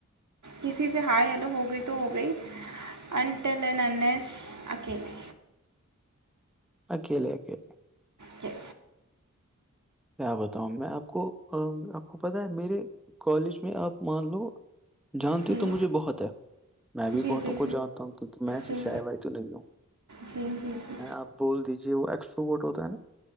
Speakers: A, on the right; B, in the centre.
A: کسی سے ہائے ہیلو ہو گئی تو ہو گئی اننٹ ل ن نے اکیلی
B: آکے الے آکے الے
A: ٹھ
B: کیا بتاؤں میں آپ کو آپ کو پتا ہے میرے کالج میں آپ مان لو جانتی
A: جی
B: تو مجھے بہت ہے میں بھی
A: جی
B: بہتوں
A: جی
B: کو جانتا ہوں کیوںہ میں سے
A: جی جی
B: شا بائی تو نہیں ہوں
A: جی جی جی
B: آپ بول دیجیے وہ ایکسٹرو ووٹ ہوتا ہے نا